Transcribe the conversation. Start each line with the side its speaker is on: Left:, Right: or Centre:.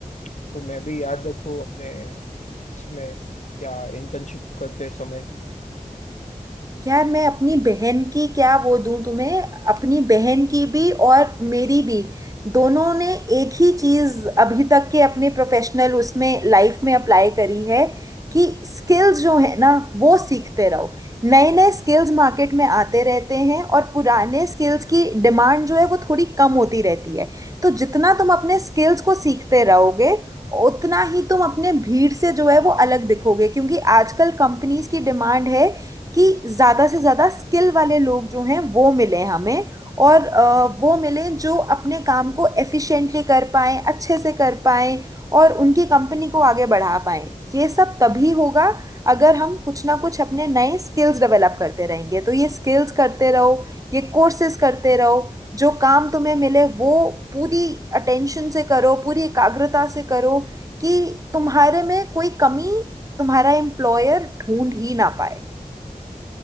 Left: तो मैं भी याद रखूँ अपने इसमें क्या इंटर्नशिप करते समय
Right: यार मैं अपनी बहन की क्या वो दूं तुम्हें अपनी बहन की भी और मेरी भी दोनों ने एक ही चीज अभी तक के अपने प्रोफेशनल उसमें लाइफ में अप्लाई करी है कि स्किल्स जो है ना वो सीखते रहो नए नए स्किल्स मार्केट में आते रहते हैं और पुराने स्किल्स की डिमांड जो है वो थोड़ी कम होती रहती है तो जितना तुम अपने स्किल्स को सीखते रहोगे उतना ही तुम अपने भीड़ से जो है वो अलग दिखोगे क्योंकि आजकल कंपनीज की डिमांड है कि ज़्यादा से ज़्यादा स्किल वाले लोग जो हैं वो मिले हमें और अ, वो मिले जो अपने काम को एफिशिएंटली कर पाएं अच्छे से कर पाएं और उनकी कंपनी को आगे बढ़ा पाएं ये सब तभी होगा अगर हम कुछ ना कुछ अपने नए स्किल्स डेवलप करते रहेंगे तो ये स्किल्स करते रहो ये कोर्सेज करते रहो जो काम तुम्हें मिले वो पूरी अटेंशन से करो पूरी एकाग्रता से करो कि तुम्हारे में कोई कमी तुम्हारा एम्प्लॉयर ढूंढ ही ना पाए